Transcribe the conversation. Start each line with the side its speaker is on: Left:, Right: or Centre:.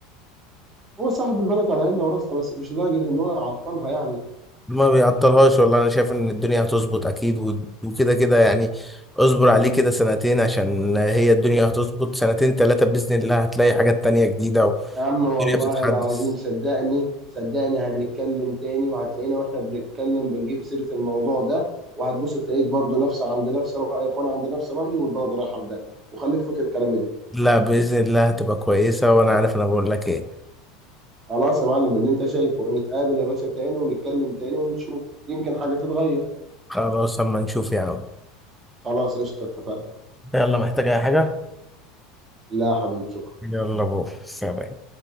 Right: هو صاحب البلد على عيننا وراسنا بس مش لدرجه ان هو يعطلها يعني
Centre: ما بيعطلهاش والله انا شايف ان الدنيا هتظبط اكيد و- وكده كده يعني اصبر عليه كده سنتين عشان هي الدنيا هتظبط سنتين ثلاثة بإذن الله هتلاقي حاجات تانية جديدة
Right: يا عم
Centre: والدنيا
Right: والله
Centre: بتتحدث
Right: العظيم صدقني صدقني هنتكلم تاني وهتلاقينا واحنا بنتكلم بنجيب سيرة الموضوع ده وهتبص تلاقيك برضو نفس عند نفس رأيك وانا عند نفس رأيي والبلد رايحة في ده وخليك فاكر كلامي ده
Centre: لا بإذن الله هتبقى كويسة وانا عارف انا بقول لك ايه
Right: خلاص يا معلم اللي انت شايفه نتقابل يا باشا تاني ونتكلم تاني ونشوف يمكن حاجة تتغير
Centre: خلاص اما نشوف يا عم
Right: خلاص قشطة اتفقنا
Centre: يلا محتاج اي حاجة
Right: لا يا حبيبي شكرا
Centre: يلا بو سلام